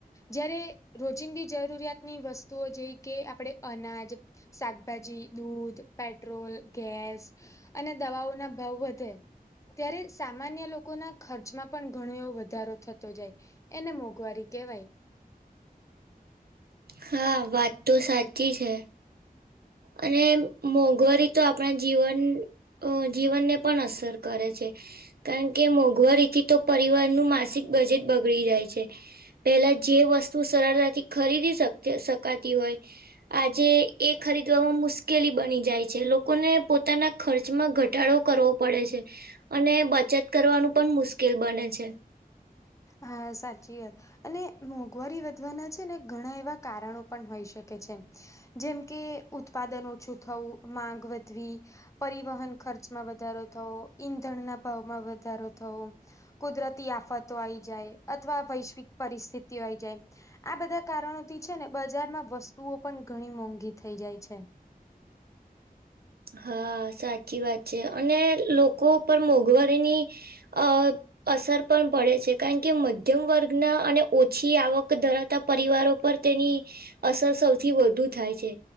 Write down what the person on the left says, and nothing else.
જ્યારે રોજિંદી જરૂરિયાતની વસ્તુઓ, જે કે આપણે અનાજ શાકભાજી, દૂધ, પેટ્રોલ, ગેસ, અને દવાઓ ના ભાવ વધે. ત્યારે સામાન્ય લોકો ના ખર્ચમાં પણ ઘણો એવો વધારો થતો જાય, એને મોંઘવારી કેવાય.
હા, સાચી વાત અને મોંઘવારી વધવાના છે ને ઘણા એવા કારણો પણ હોઈ શકે છે. જેમ કે ઉત્પાદન ઓછું થવું માંગ વધવી, પરિવહન ખર્ચમાં વધારો થવો, ઈંધણના ભાવમાં વધારો થવો, કુદરતી આફતો આવીઈ જાય, અથવા વૈશ્વિક પરિસ્થિતિ આ આવી જાય. આ બધા કારણોથી છે ને બજારમાં વસ્તુઓ પણ ઘણી મોંઘી થઈ જાય છે.